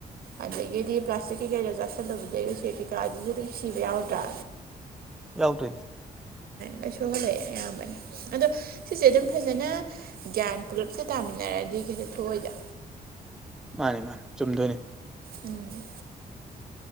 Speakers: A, on the right; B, in the centre.
A: ꯑꯗꯒꯤꯗꯤ ꯄ꯭ꯂꯥꯁꯇꯤꯛ ꯀꯩ ꯀꯩꯗꯣ ꯆꯥꯁꯤꯜꯂꯨꯕꯗꯩ ꯎꯆꯦꯛ ꯀꯩꯀꯥ ꯑꯗꯨꯁꯨ ꯑꯗꯨꯝ ꯁꯤꯕ ꯌꯥꯎꯗ꯭ꯔꯥ
B: ꯌꯥꯎꯗꯣꯏꯅꯤ
A: ꯂꯣꯏ ꯁꯣꯛꯍꯜꯂꯛꯑꯦ ꯑꯌꯥꯝꯕꯅꯦ ꯑꯗꯣ ꯁꯤꯁꯦ ꯑꯗꯨꯝ ꯐꯖꯅ ꯒ꯭ꯌꯥꯟ ꯄꯨꯂꯞꯁꯦ ꯇꯥꯃꯤꯟꯅꯔꯗꯤ ꯀꯩꯁꯨ ꯊꯣꯛꯑꯣꯏꯗ
B: ꯃꯥꯅꯦ ꯃꯥꯅꯤ ꯆꯨꯝꯗꯣꯏꯅꯦ
A: ꯎꯝ